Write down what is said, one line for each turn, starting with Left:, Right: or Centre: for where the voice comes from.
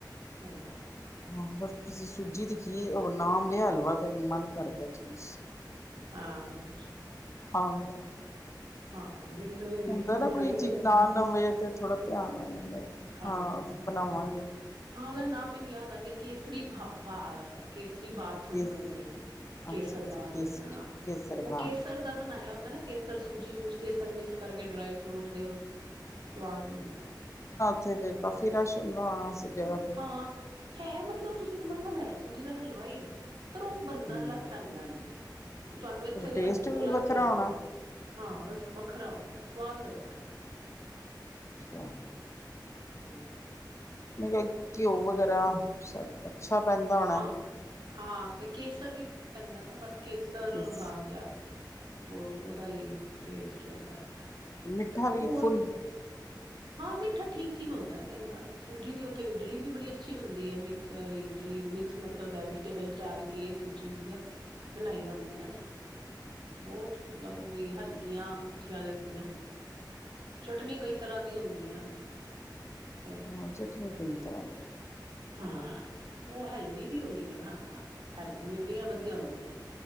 Right: ਹੈਗਾ।
Left: ਹਾਂ ਬਸ ਤੁਸੀਂ ਸੂਜੀ ਦਿਖੀ ਉਹ ਨਾਮ ਲਿਆ ਹਲਵਾ ਤੇ ਮਨ ਕਰ ਪਿਆ ਚਲੋ।
Right: ਹਾਂ ਕੁਛ
Left: ਆਂਦਾ।
Right: ਹਾਂ। ਦਿਲ ਦਾ
Left: ਹੁੰਦਾ ਨਾ
Right: ਮਿਠਾਈ
Left: ਕੋਈ
Right: ਦਾ
Left: ਚੀਜ਼ ਨਾਂ ਨਵੇਂ ਤੇ ਥੋੜਾ ਧਿਆਨ ਆ ਜਾਂਦਾ।
Right: ਹਾਂ-ਹਾਂ
Left: ਹਾਂ ਬਣਾਵਾਂਗੇ
Right: ਉਹਦਾ ਨਾਮ ਮੈਨੂੰ ਯਾਦ ਆ ਗਿਆ। ਕੇਸਰੀ ਭ-ਭ ਕੇਸ ਕੇਸਰੀ ਬਾਥ ਓਨਹੁ
Left: ਕੇਸ
Right: ਕਹਿੰਦੇ ਕੇਸਰ
Left: ਅੱਛਾ ਅੱਛਾ
Right: ਬਾਥ
Left: ਕੇਸਰੀ
Right: ਇਸ ਤਰ੍ਹਾਂ
Left: ਕੇਸਰ
Right: ਉਹ
Left: ਬਾਤ
Right: ਕੇਸਰ ਦਾ ਬਣਾਇਆ ਹੁੰਦਾ ਨਾ। ਕੇਸਰ ਸੂਜੀ ਸੂਜ ਕੇਸਰ ਮਿਕਸ ਕਰਕੇ ਡਰਾਈ-ਫਰੂਟ ਤੇ ਸਵਾਦ ਹੁੰਦਾ ਹੈ।
Left: ਉਥੇ ਫਿਰ ਕਾਫੀ ਰਸ਼ ਹੁੰਦਾ ਹੋਣਾ ਇਸ ਜਗ੍ਹਾ ਤੇ
Right: ਹਾਂ ਹੈ, ਮਤਲਬ ਤੁਸੀਂ ਮੰਨੋ ਹੈ ਸੂਜੀ ਦਾ ਹਲਵਾ ਹੀ। ਪਰ ਉਹ ਬੰਦਾ
Left: ਹੂੰ
Right: ਅਲੱਗ ਢੰਗ ਨਾਲ ਹੀ ਹੈ। ਤੁਹਾਨੂੰ ਇੱਥੇ
Left: ਫਿਰ
Right: ਦੇ
Left: ਟੇਸਟ
Right: ਹਲਵੇ ਤੋਂ
Left: ਵੀ
Right: ਅਲੱਗ
Left: ਵੱਖਰਾ
Right: ਲੱਗੇਗਾ।
Left: ਹੋਣਾ
Right: ਹਾਂ, ਵਖ ਵੱਖਰਾ ਹੁੰਦਾ, ਸਵਾਦ ਲੱਗਦਾ।
Left: ਅੱਛਾ।
Right: ਹੂ <unintelligible>
Left: ਮੈਂ ਕਿਹਾ ਘਿਓ ਵਗੈਰਾ ਸਭ ਪੈਂਦਾ ਹੋਣਾਂ
Right: ਹਾਂ ਹਾਂ, ਤੇ ਕੇਸਰ ਵੀ ਪੈਂਦਾ ਨਾ, ਬਸ ਕੇਸਰ
Left: ਕੇਸ
Right: ਹਾਂ ਯ ਉਹ ਉਹਦਾ ਹੀ ਟੇਸਟ ਹੁੰਦਾ ਹੈਗਾ।
Left: ਮਿੱਠਾ ਵੀ
Right: ਹੋਰ
Left: ਫੁੱਲ
Right: ਹਾਂ, ਮਿੱਠਾ ਠੀਕ-ਠੀਕ ਹੁੰਦਾ ਹੈ ਕਈ ਵਾਰ, ਸੂਜੀ ਦੀ ਉੱਥੇ ਇਡਲੀ ਵੀ ਬੜੀ ਅੱਛੀ ਬਣਦੀ ਹੈ ਮਿਕਸ ਇਡਲੀ ਮਿਕਸ ਮਤਲਬ ਵੈਜੀਟੇਬਲਸ ਡਾਲ ਕੇ ਸੂਜੀ ਦੀਆਂ ਬਣਾਈਆਂ ਹੁੰਦੀਆਂ। ਬਹੁਤ ਮਤਲਬ ਉਹ ਵੀ ਹਲਕੀਆਂ ਅੱਛੀਆਂ ਲੱਗਦੀਆਂ। ਚਟਣੀ ਕਈ ਤਰ੍ਹਾਂ ਦੀਆਂ ਹੁੰਦੀਆਂ। ਹੈਗੀ
Left: ਹਾਂ, ਚਟਨੀ ਕਈ ਤਰ੍ਹਾਂ ਦੀ ਹੁੰਦੀ।
Right: ਹਾਂ। ਉਹ ਹੈਲਦੀ ਵੀ ਹੁੰਦੀਆਂ ਨਾ, ਹੈਲਥ ਲਈ ਬੜੀਆਂ ਵਧੀਆ ਹੁੰਦੀਆਂ।